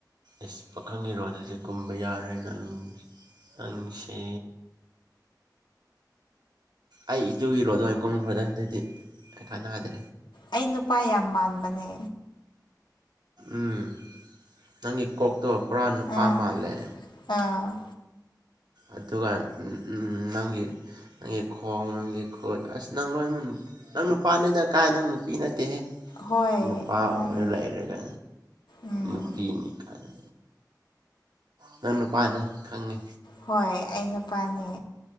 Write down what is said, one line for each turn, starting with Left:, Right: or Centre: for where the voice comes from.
Right: ꯏꯁ ꯄꯥꯈꯪꯒꯤ ꯔꯣꯜꯗꯗꯤ ꯀꯨꯝꯕ ꯌꯥꯔꯣꯏ ꯅꯪ ꯅꯪꯁꯦ ꯑꯩ ꯏꯇꯨꯒꯤ ꯔꯣꯜꯗ ꯑꯣꯏ ꯀꯨꯝꯈ꯭ꯔꯣꯗ ꯑꯗꯨꯗꯤ ꯀꯩ ꯀꯥꯟꯅꯗꯦ
Left: ꯑꯩ ꯅꯨꯄꯥ ꯌꯥꯝ ꯃꯥꯟꯕꯅꯦ
Right: ꯎꯝ ꯅꯪꯒꯤ ꯀꯣꯛꯇꯣ ꯄꯨꯔꯥ ꯅꯨꯄꯥ
Left: ꯑꯥ
Right: ꯃꯥꯜꯂꯦ
Left: ꯑꯥ
Right: ꯑꯗꯨꯒ ꯅꯪꯒꯤ ꯅꯪꯒꯤ ꯈꯣꯡ ꯅꯪꯒꯤ ꯈꯨꯠ ꯑꯁ ꯅꯪ ꯂꯣꯏꯅꯃꯛ ꯅꯪ ꯅꯨ ꯄꯥꯅꯦꯗ ꯀꯥꯏ ꯅꯪ ꯅꯨꯄꯤ ꯅꯠꯇꯦꯍꯦ
Left: ꯍꯣꯏ
Right: ꯅꯨꯄꯥ ꯑꯣꯏꯔ
Left: ꯃꯥꯅꯦ
Right: ꯂꯩꯔꯒ
Left: ꯎꯝ
Right: ꯅꯨꯄꯤꯅꯤ ꯀꯥꯏꯅ ꯅꯪ ꯅꯨꯄꯥꯅꯦ ꯈꯪꯉꯦ
Left: ꯍꯣꯏ ꯑꯩ ꯅꯨꯄꯥꯅꯦ